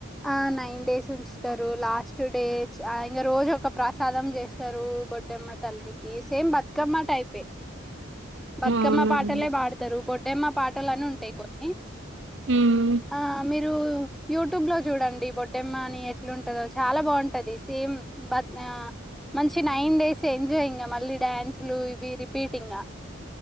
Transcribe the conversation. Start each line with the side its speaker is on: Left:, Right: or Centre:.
Centre: ఆ నైన్ డేస్ ఉంచుతారు లాస్ట్ డే ఇంగ రోజు ఒక ప్రసాదం చేస్తారు బొడ్డేమ్మా తల్లికి సేమ్ బతుకమ్మ టైపే బతుకమ్మ
Right: అవునా
Centre: పాటలే
Right: అండి
Centre: పాడతారు బొడ్డెమ్మ పాటలని ఉంటాయి కొన్ని
Right: హ్మ్
Centre: ఆ మీరు యూటుబ్లో చూడండి బొడ్డెమ్మ అని ఎట్లుంటందో చాలా బాగుంటది సేమ్ <unintelligible> మంచి నైన్ డేస్ ఎంజాయ్ ఇంగా మళ్ళీ డ్యాన్సులు ఇవి రిపీట్ ఇంగ